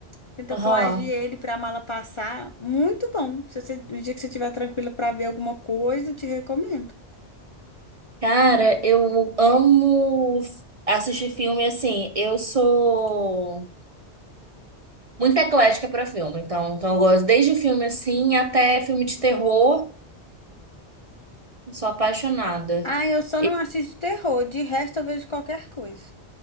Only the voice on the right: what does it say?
Aham.
Cara, eu amo f- assistir filme assim. Eu sou muito eclética pra filme, então, então eu gosto desde filme assim até filme de terror. Sou apaixonada.
E-